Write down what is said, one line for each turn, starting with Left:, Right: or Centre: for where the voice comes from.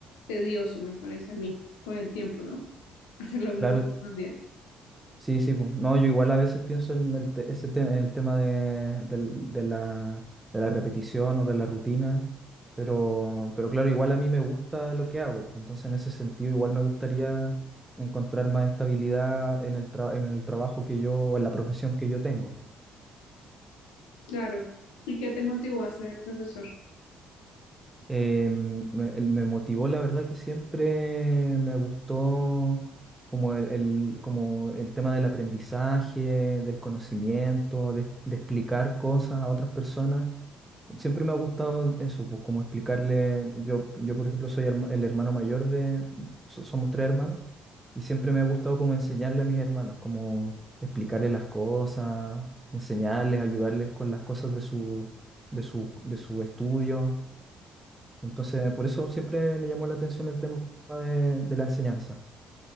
Left: tedioso, me parece a mí, con el tiempo, ¿no? <laughs> Hacer lo mismo
Right: Claro,
Left: todos los días.
Right: Sí, sí, pues. No, yo igual a veces pienso en el, te- ese te- en el tema de, del- de la, de la repetición o de la rutina, pero, pero claro, igual a mí me gusta lo que hago, pues, entonces en ese sentido igual me gustaría encontrar más estabilidad en el, tra- en el trabajo que yo, o en la profesión que yo tengo.
Left: Claro. ¿Y qué te motivó a ser profesor?
Right: eh, me, el- me motivó, la verdad, que siempre me gustó como el, el- como el tema del aprendizaje, del conocimiento, de, de explicar cosas a otras personas. Siempre me ha gustado eso, pues como explicarle, yo, yo por ejemplo soy herma- el hermano mayor de, so- somos tres hermanos, y siempre me ha gustado como enseñarle a mis hermanos, como explicarles las cosas, enseñarles, ayudarles con las cosas de su, de su, de su estudio entonces, por eso siempre me llamó la atención el tema de, de la enseñanza.